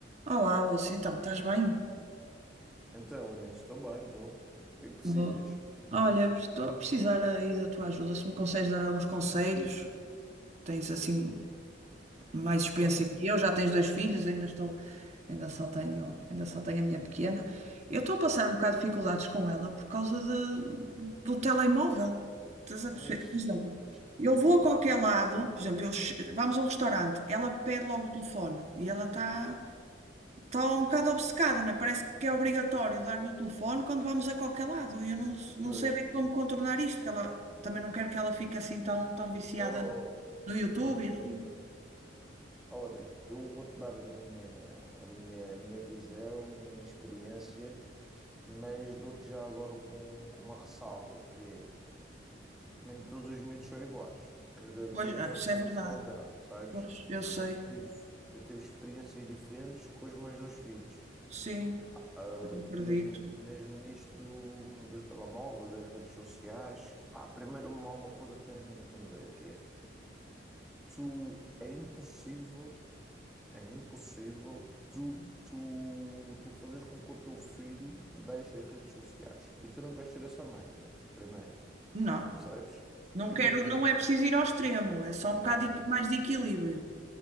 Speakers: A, on the right; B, in the centre.
A: Olá, Lúcia, então, estás bem?
B: Então, Anil, estou bem, estou. O que é que precisas?
A: Bom, Olha, estou a precisar aí da tua ajuda, se me consegues dar alguns conselhos, tens assim mais experiência
B: Então,
A: que eu, já tens dois filhos, ainda estou, ainda só tenho, ainda só tenho a minha pequena. Eu estou a passar um bocado de dificuldades com ela por causa de- do telemóvel. Estás a
B: mas.
A: perceber? Por exemplo, eu vou
B: Opa,
A: a qualquer lado, por exemplo, eu che- vamos a um restaurante, ela pede logo o telefone e ela está Estou um bocado obcecada, né? Parece que é obrigatório dar-lhe o telefone quando vamos a qualquer lado. E eu não, não
B: pois.
A: sei bem como contornar isto, porque ela também não quero que ela fique assim tão, tão viciada
B: Oh,
A: no no YouTube.
B: pois, pois,
A: e assim.
B: pois. Olha, eu vou-te dar a minha, a minha, a minha visão e a minha experiência, mas dou-te já agora com, com uma ressalva, que é, nem todos os miúdos são iguais. Cada
A: Pois,
B: miúdo
A: ah,
B: tem
A: isso
B: a sua
A: é verdade.
B: personalidade, percebes?
A: Pois, eu sei.
B: Eu tive, eu tive experiências diferentes com os meus dois filhos.
A: Sim,
B: Ah,
A: eu acredito.
B: e mesmo, mesmo nisto do, dos telemóveis, das redes sociais, pá, primeiro há uma coisa que tens de entender que é, tu, é impossível, é impossível tu, tu, tu fazeres com que o teu filho deixe as redes sociais e tu não queres ser essa mãe nisso, primeiro,
A: Não,
B: percebes?
A: não
B: Porque
A: quero,
B: imagina,
A: não é preciso ir ao extremo, é só um bocado
B: ah,
A: de-
B: é isso.
A: mais de equilíbrio.